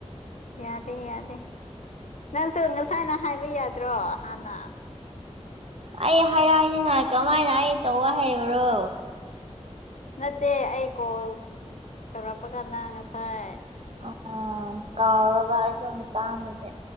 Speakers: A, on the left; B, on the right.
A: ꯌꯥꯗꯦ ꯌꯥꯗꯦ ꯅꯪꯁꯨ ꯉꯁꯥꯏꯅ ꯍꯥꯏꯕ ꯌꯥꯗ꯭ꯔꯣ ꯍꯥꯟꯅ
B: ꯑꯩ ꯍꯥꯏꯔꯥꯏꯅꯤꯡꯉꯥꯏ ꯀꯃꯥꯏꯅ ꯑꯩ ꯇꯧꯑꯣ ꯍꯥꯏꯕꯔꯣ
A: ꯅꯠꯇꯦ ꯑꯩ ꯀꯣꯜ ꯇꯧꯔꯛꯄ ꯀꯟꯗ ꯉꯁꯥꯏ
B: ꯑ ꯀꯥꯎꯔꯕ ꯑꯗꯨ ꯃꯇꯥꯡꯗꯨꯗꯤ